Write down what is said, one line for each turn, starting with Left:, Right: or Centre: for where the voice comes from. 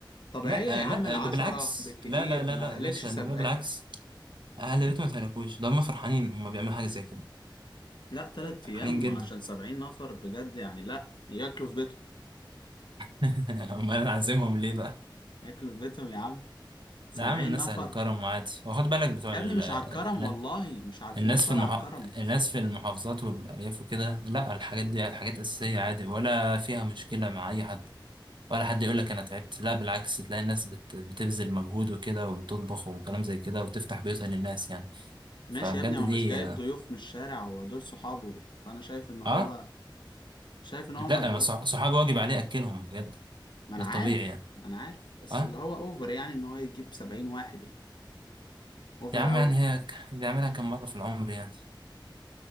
Left: طبيعية
Right: لا
Left: يا عم
Right: لا
Left: العشرة
Right: ده بالعكس
Left: بالكتير
Right: لا لا لا
Left: ما
Right: لا يا
Left: هلكش
Right: باشا لا
Left: سبع
Right: لا، بالعكس اهل البيت ما تهلكوش ده هم فرحانين هم بيعملوا حاجه زي كده
Left: لا تلات
Right: فرحانين
Left: ايام
Right: جدا
Left: عشان سبعين نفر بجد يعني لا ياكلوا في بيتهم
Right: <laughs> امال انا عازمهم ليه بقى
Left: ياكلوا في بيتهم يا عم سبعين
Right: لا يا عم الناس
Left: نفر
Right: اهل كرم وعادي وخد بالك بتوع
Left: يا
Right: ال-
Left: ابني مش
Right: ال-
Left: على الكرم والله مش على الفلوس
Right: الناس في
Left: ولا
Right: المح...
Left: على الكرم
Right: الناس في المحافظات والارياف وكده لا الحاجات دي حاجات اساسيه عادي ولا فيها مشكله مع اي حد ولا حد يقول لك انا تعبت لا بالعكس تلاقي الناس بت... بتبذل مجهود وكده وبتطبخ وكلام زي كده وتفتح بيوتها للناس يعني
Left: ماشي
Right: فبجد
Left: يا ابني هو
Right: دي
Left: مش جايب ضيوف من الشارع هو دول صحابه فانا شايف ان هو
Right: اه
Left: شايف ان هو
Right: لا
Left: مجهول
Right: أنا صح- صحابي واجب عليه اكلهم بجد
Left: ما
Right: ده
Left: انا عارف
Right: طبيعي يعني
Left: ما انا عارف بس
Right: اه
Left: اللي هو اوفر يعني ان هو يجيب سبعين واحد يعني اوفر
Right: يا عم
Left: قوي
Right: يعني هي ك- بيعملها كم مره في العمر يعني